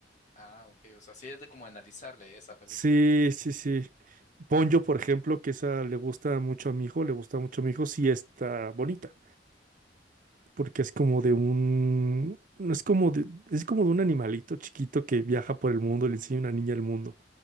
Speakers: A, on the left; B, on the right.
A: Ah, ok, o sea, sí es de como analizarle esa película.
B: Sí, sí, sí. Ponyo, por ejemplo, que esa le gusta mucho a mi hijo, le gusta mucho a mi hijo, sí está bonita, porque es como de un, no es como de, es como de un animalito chiquito que viaja por el mundo, le enseña a una niña el mundo.